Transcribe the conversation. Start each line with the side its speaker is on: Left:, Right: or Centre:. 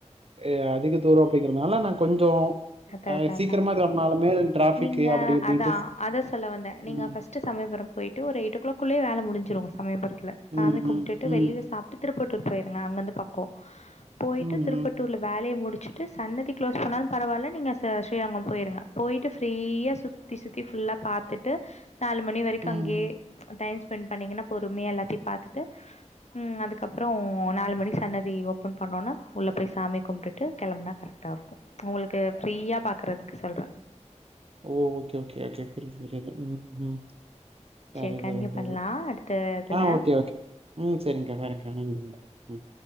Right: ஆ அதிக தூரோ அப்டிங்கறதுனால நா கொஞ்சோ
Left: அதா
Right: அ
Left: அதா
Right: சீக்கிரமா
Left: அதான்
Right: கெளம்புனாலுமே டிராஃபிக்கு
Left: நீங்க
Right: அப்டி இப்டின்ட்டு
Left: அதான் அதா சொல்ல வந்த
Right: ம்.
Left: நீங்க ஃபர்ஸ்ட்டடு சமயபுரோ போயிட்டு ஒரு எயிட் ஓ கிளாக் குள்ளயே வேல முடிஞ்சிரும் சமயபுரத் இல்ல சாமி
Right: ம்,
Left: கும்ட்டுட்டு
Right: ம், ம்,
Left: வெளில சாப்ட்டு திருப்பத்தூர் போயிருங்க அங்க இருந்து பக்கோ போயிட்டு
Right: ம்,
Left: திருப்பத்தூர்ல
Right: ம்,
Left: வேலைய முடிச் ச்சிட்டு சன்னதி க்ளோஸ் பண்ணாலு பரவால்லன்னு <unintelligible> ஸ்ரீரங்கம் போயிருங்க போயிட்டு ஃப்ரீயா சுத்தி சுத்தி ஃபுல்லா பாத்துட்டு நாலு மணி வரைக்கு
Right: ம்,
Left: அங்கயே டைம் ஸ்பெண்ட் பண்ணீங்கன்னா பொறுமையா எல்லாத்தையு பாத்துட்டு ம் அதுக்கப்றோ நாலு மணிக் சன்னதி ஓப்பன் பண்ணவுட்னே உள்ள போய் சாமி கும்டுட்டு கெளம்புனா கரெக்டா இருக்கும் உங்களுக் க்கு ப்ரீயா பாக்கறதுக்கு சொல்ற
Right: ஓ ஓகே ஓகே ஓகே புரியுது புரியுது ம் ம் ம் சரி
Left: சேரி கண்டினியூ
Right: சரி
Left: பண்ணலா
Right: சரி
Left: அடுத்த இதுல
Right: ஆ ஓகே ஓகே ம் சரி்ங்க்கா சரிங்க்கா நன்றி நன்றி ம்